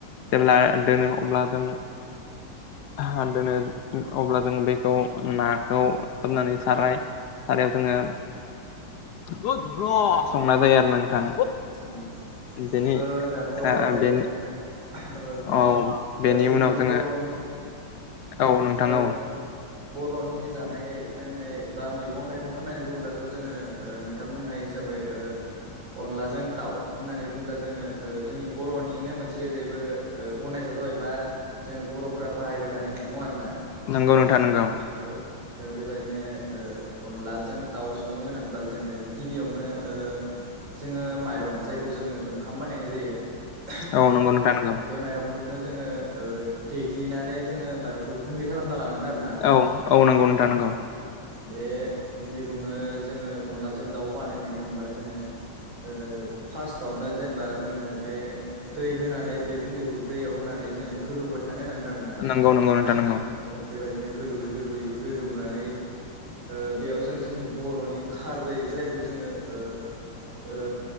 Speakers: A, on the left; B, on the right.
A: जेब्ला दोनो अब्ला जों <unintelligible> दोनो अब्ला जों बैखौ नाखौ सुनानै साराय आरो जोङो <unintelligible> संनाय जायो आरो नोंथां।
B: औ
A: बेनि
B: ओ दाथ'
A: ओ
B: बेबादिनो
A: बेनि
B: <unintelligible>
A: औ बेनि
B: ओ जोंनि
A: उनाव जोङो
B: बर'नि
A: औ नोंथां
B: ओ
A: औ।
B: बर'नि जानाय लोंनाय एबा मैगं'थाइगं'होननानै बुङोब्लाथ' जोङो नोंथां बुंनाय हिसाबै ओ अनलाजों दाउ होननानै बुङोब्ला जोङो ओ जोंनि बर'निनो मोनसे बेबो ओ गनायजाथाव थ एबा जोङो बर'फोरा बाहायबाय थानाय मैगं आरोना।
A: नंगौ नोंथां नोंगौ।
B: औ ओ बेबादिनो ओ अनलाजों दाउ संनो गोनांब्ला जोङो गिबियावनो ओ जोङो माइरं जायखौ जोङो ओंखाम बानायनाय जायो <unintelligible>
A: औ
B: ओ
A: नंगौ नोंथां नंगौ
B: बे माइरं खौ नों नो जोङो देग्लिनानै जोङो माइरं'खौ गुन्दै खालामना लानांगोन आरो ना।
A: औ औ नंगौ नोंथां नंगौ।
B: बे गुन्दैखौनो जोङो अनलाजों दाउ बानायनो गोनांब्ला जोङो ओ फास्तावनो जेनेबा जोङो बे दै हो नानै बे गुन्दैखौ दैयाव होनानै जोङो गोदौबाय थानो होनांगोन आरोना ओह
A: नंगौ नंगौ नोंथां नंगौ
B: अ बेबायदिनो गोदौयै गोदौयै गोदौनानै ओ बेयाव जों जोंनि बर'नि खारदै जायखौ जोङो ओ ओ